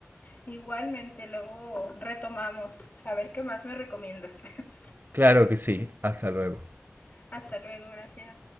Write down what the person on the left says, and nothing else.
Igualmente, luego retomamos. A ver qué más me recomiendas. <laughs>
Hasta luego, gracias.